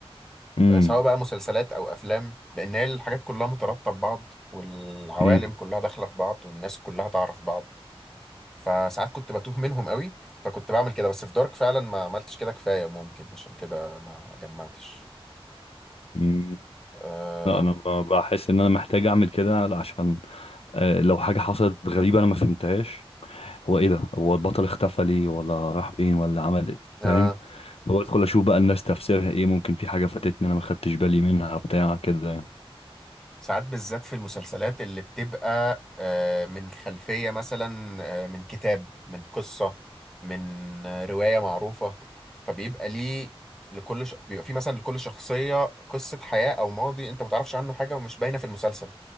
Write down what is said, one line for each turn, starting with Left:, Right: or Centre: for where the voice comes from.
Left: امم
Centre: آه، سواء بقى مسلسلات او افلام لان هي الحاجات كلها مترابطه ببعض والعوالم
Left: امم
Centre: كلها داخله في بعض والناس كلها تعرف بعض فساعات كنت بتوه منهم قوي فكنت بعمل كده بس في دارك فعلا ما عملتش كده كفايه ممكن عشان كده ما جمعتش
Left: أمم.
Centre: أه
Left: لا انا ب- بحس ان انا محتاج اعمل كده عشان آه، لو حاجة حصلت غريبة أنا ما فهمتهاش هو إيه ده هو البطل اختفى ليه ولا راح فين ولا عمل إيه فاهم
Centre: أه
Left: فبدخل أشوف بقى الناس تفسيرها إيه ممكن في حاجة فاتتني أنا ما خدتش بالي منها بتاع كده يعني
Centre: ساعات بالذات في المسلسلات اللي بتبقى آه، من خلفية مثلا آه، من كتاب من قصة من آه، رواية معروفة فبيبقى ليه لكل ش... بيبقى في مثلا لكل شخصية قصة حياة أو ماضي أنت ما تعرفش عنه حاجة ومش باينة في المسلسل